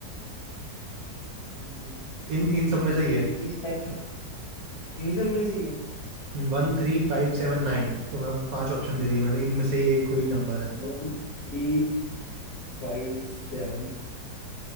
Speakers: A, on the left; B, on the right.
A: नहीं
B: इन इन सब में
A: नहीं,
B: से ही है
A: इस टाइप इन सब में से ही है
B: One three five seven nine तो मैं पांच ऑप्शन दे दिए मैंने इनमें से ही एक कोई नंबर
A: वो भी फाइव सेवन